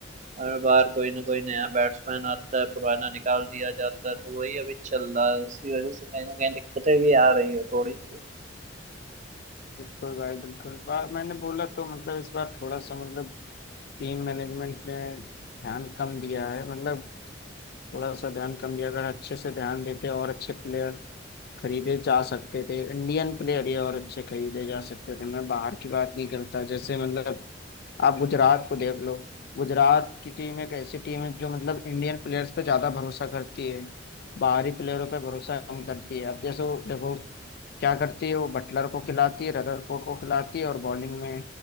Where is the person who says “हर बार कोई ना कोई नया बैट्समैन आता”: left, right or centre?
Right